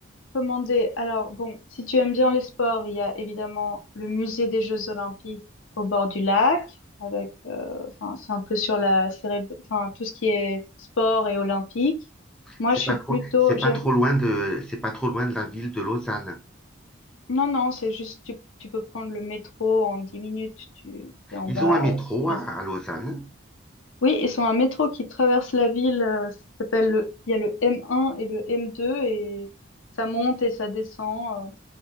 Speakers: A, on the left (about 85°); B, in the centre.
A: recommander? Alors, bon, si tu aimes bien les sports, il y a évidemment le musée des Jeux Olympiques au bord du lac, avec, euh, enfin, c'est un peu sur la, céré- enfin, tout ce qui est sport et olympique. Moi,
B: C'est
A: je suis
B: pas trop,
A: plutôt,
B: c'est
A: j'aime-
B: pas trop loin de, c'est pas trop loin de la ville de Lausanne.
A: Non, non, c'est juste, tu, tu peux prendre le métro en 10 minutes, tu es en
B: Ils
A: bas,
B: ont un métro
A: c'est facile.
B: à, à Lausanne.
A: Oui, ils ont un métro qui traverse la ville, euh, ça s'appelle le, il y a le M1 et le M2 et ça monte et ça descend euh,